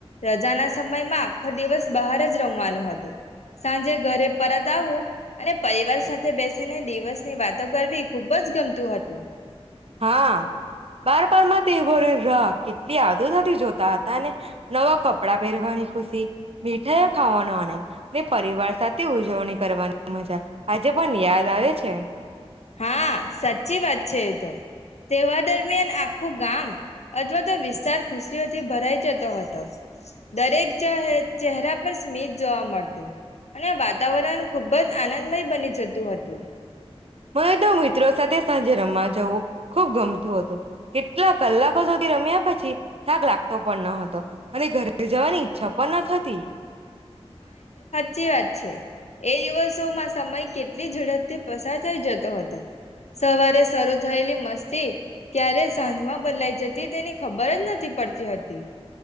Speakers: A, on the left; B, on the right.
A: રજાના સમયમાં આખો દિવસ બહાર જ રમવાનું હતું સાંજે ઘરે પરત આવું અને પરિવાર સાથે બેસ દિવસ ની વાતો કરવી ખુબ જ ગમતું હતું
B: હા બારપણમા તેઓ રાખ કેટલી આતુરતાથી જોતા હતા ને નવા કપડાં પહેરવાની ખુશી મીઠાઈઓ ખાવાનો આનંદ ને પરિવાર સાથે ઉજવણી કરવાની મજા આજે પણ યાદ આવે છે
A: હા સાચી વાત છે તો તેવા દરમિયાન આખું ગામ અથવા તો વિસ્તાર ખુશ થી ભરાઈ જતો હતો દરેક ચહે ચહેરા પર સ્મિત જોવા મળતું અને વાત વાતારણ ખુબ જ આનંદમય બની જતું હતું
B: મને તો મિત્રો સાથે સાંજે રમવા જઉં ખૂબ ગમતું હતું કેટલા કલાકો સુધી રમ્યા પછી થાક લાગતો પણ ન હતો અને ઘરે જવાની ઈચ્છા પણ ન થતી
A: ચી વાત છે. એ દિવસોમાં સમય કેટલી ઝડપથી પસાર થઈ જતો હતો સવારે શરૂ થયેલી મસ સતી ક્યારે સાંજમાં બદલાઈ જતી તેની ખબર જ નથી પડતી હતી